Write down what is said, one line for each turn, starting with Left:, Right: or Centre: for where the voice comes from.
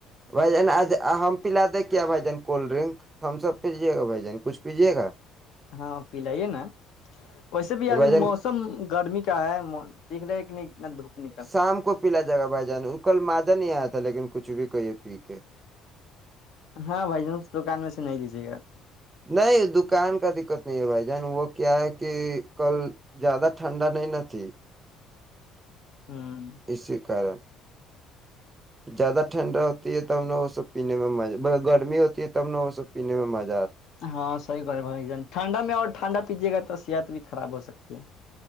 Right: بھای جان اج ہم پلا دیں کیا بھائی جان کولڈ ڈرنک ہم سب پیجیے گا بھائی جان کچھ پیجیے گا
Left: ہاں پلائیے نا ویسے بھی
Right: تو بھائی
Left: آج
Right: جان
Left: موسم گرمی کا ہے دیکھ رہے کہ نہیں انا دھوپ ن کال
Right: شام کو پلا جائے گا بھائی جان کل مادہ نہیں آیا لیکن کچھ بھی کہیے پی کے
Left: ہاں بھائی ج اس دکان میں سے نہیں لیجیے گا آپ
Right: نہیں دکان کا دقت نہیں ہے بھائی جان وہ کیا ہے کہ کل زیادہ ٹھنڈا نہیں نہ تھی
Left: ہ
Right: اسی کارن زیادہ ٹھنڈا ہوتی ہے تب نے وہ سب پینے میں مز گرمی ہوتی ہے تب نہ وہ سب پینے میں مز
Left: ہاں صحی گ ہے بھائی جان ٹھنڈا میں اور ٹھنڈا ک جگہ تس ت بھی خراب ہو سکتی ہے